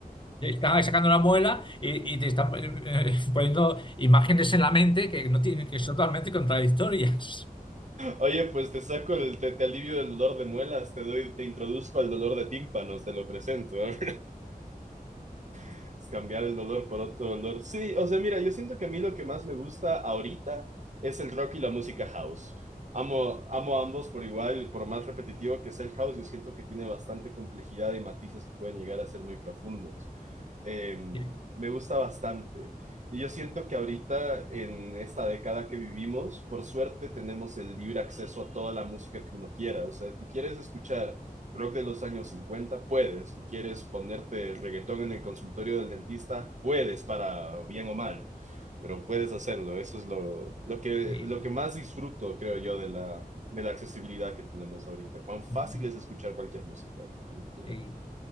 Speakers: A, on the left (about 30°); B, on the right (about 50°).
A: te están sacando una muela y, y te están eh, poniendo imágenes en la mente que no tienen, que son totalmente contradictorias.
B: Oye, pues te saco el, te, te alivio del dolor de muelas, te doy, te introduzco al dolor de tímpanos, te lo presento. ¿eh? <laughs> cambiar el dolor por otro dolor. Sí, o sea, mira, yo siento que a mí lo que más me gusta ahorita es el rock y la música house. Amo, amo ambos por igual, y por más repetitivo que sea el house, yo siento que tiene bastante complejidad y matices que pueden llegar a ser muy profundos. Eh,
A: Sí,
B: me gusta bastante. Y yo siento que ahorita, en esta década que vivimos, por suerte tenemos el libre acceso a toda la música que uno quiera. O sea, tú quieres escuchar rock de los años 50, puedes. Tú quieres ponerte reggaetón en el consultorio del dentista, puedes para bien o mal, pero puedes hacerlo. Eso es lo, lo que,
A: sí,
B: lo que más disfruto, creo yo, de la, de la accesibilidad que tenemos ahorita. Cuán fácil
A: mm,
B: es escuchar cualquier música, quien quiera.
A: sí.